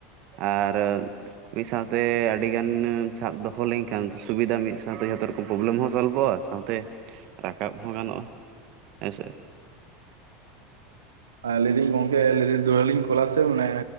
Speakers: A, on the right; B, on the right.
A: ᱟᱨ ᱢᱤᱫ ᱥᱟᱶ ᱛᱮ ᱟᱰᱤᱜᱟᱱ ᱥᱟᱵ ᱫᱚᱦᱚ ᱞᱮᱝ ᱠᱷᱟᱱ ᱥᱩᱵᱤᱫᱟ, ᱢᱤᱫ ᱥᱟᱶᱛᱮ ᱡᱷᱚᱛᱚ ᱨᱚ ᱯᱨᱚᱵᱞᱮᱹᱢ ᱦᱚᱸ ᱥᱚᱞᱵᱷᱚᱜᱼᱟ, ᱥᱟᱶᱛᱮ ᱨᱟᱠᱟᱵ ᱦᱚᱸ ᱜᱟᱱᱚᱜᱼᱟ ᱦᱮᱸ ᱥᱮ?
B: ᱟᱸ ᱞᱟᱹᱭᱫᱟᱹᱧ ᱜᱚᱝᱠᱮ ᱞᱟᱹᱭ ᱫᱚᱦᱲᱟ ᱞᱤᱧ ᱠᱳᱞ-ᱟ ᱥᱮ ᱢᱟᱱᱮ